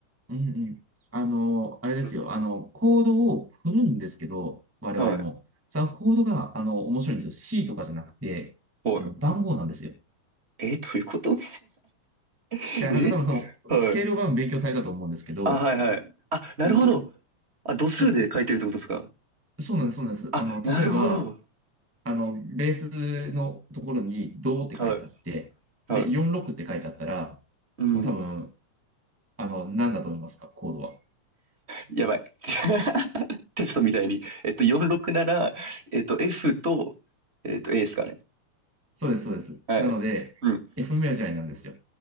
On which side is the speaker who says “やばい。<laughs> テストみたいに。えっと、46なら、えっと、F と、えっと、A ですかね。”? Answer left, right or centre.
Right